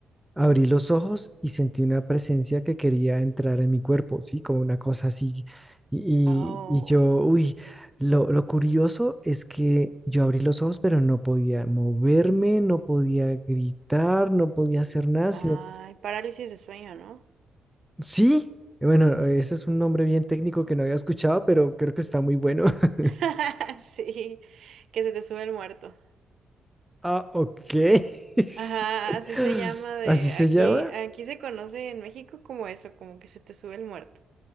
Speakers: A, in the centre; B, on the right (about 70°).
A: Abrí los ojos y sentí una presencia que quería entrar en mi cuerpo, ¿sí? Como una cosa así. Y,
B: Oh,
A: y- y yo, uy, lo, lo curioso es que yo abrí los ojos, pero no podía moverme, no podía gritar, no podía hacer nada,
B: ay,
A: sino,
B: parálisis de sueño, ¿no?
A: sí. Bueno, ese es un nombre bien técnico que no había escuchado, pero creo que está muy bueno. <laughs>
B: <laughs> Sí, que se te sube el muerto.
A: Ah, ok. <laughs>
B: Ajá, así se llama de
A: ¿Así se
B: aquí,
A: llama?
B: aquí se conoce en México como eso, como que se te sube el muerto.